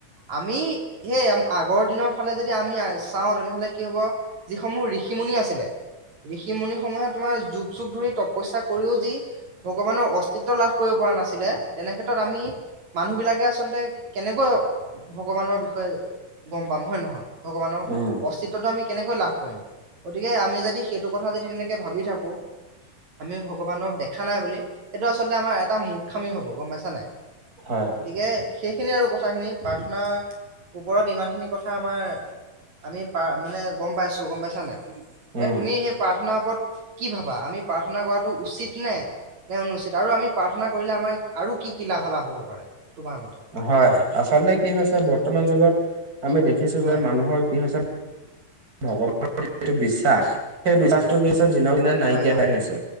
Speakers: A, on the right (about 60°); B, on the right (about 25°).
A: আমি সেই আগৰ দিনৰ ফালে যদি যদি আমি চাওঁ তেনেহলে কি হব যিসমূহ ঋষি-মুনি আছিলে ঋষি-মুনিসমূহে তোমাৰ যুগ যুগ ধৰি তপস্যা কৰিও যি ভগৱানৰ অস্তিত্ব লাভ কৰিব পৰা ৰা নাছিলে তেনেক্ষেত্ৰত আমি মানুহবিলাকে আচলতে কেনেকৈ ভগৱানৰ বিষয়ে গম পাম হয় নহয়? ভগৱানৰ
B: উম
A: অস্তিত্বটো আমি কেনেকৈ লাভ কৰিম গতিকে আমি যদি সেইটো কথা যদি তেনেকে ভাবি থাকো আমি ভগৱানক দেখা নাই বুলি সেইটো আচলতে আমাৰ এটা মূৰ্খামি হব গম পাইছা নাই।
B: হয়
A: গতিকে সেইখিনি আৰু কথাখিনি প্ৰাৰ্থনাৰ ওপৰত ইমানখিনি কথা আমাৰ আমি প্ৰা মানে গম পাইছো গম পাইছানে এ
B: উম
A: তুমি সেই প্ৰাৰ্থনা ওপৰত কি ভাবা আমি প্ৰাৰ্থনা কৰাটো উচিত নে? নে অনুচিত আৰু আমি প্ৰাৰ্থনা কৰিলে আমাৰ আৰু কি কি লাভালাভ হ'ব পাৰে? তোমাৰ মতে
B: হয় আচলতে কি হৈছে বৰ্তমান যুগত আমি দেখিছো
A: হয়
B: যে মানুহৰ কি হৈছে ভগৱানৰ প্ৰতি যিটো বিশ্বাস সেই বিশ্বাসটো
A: হয়
B: কি হৈছে দিনক দিনে নাইকিয়া
A: হয় হয়
B: হৈ আহিছে।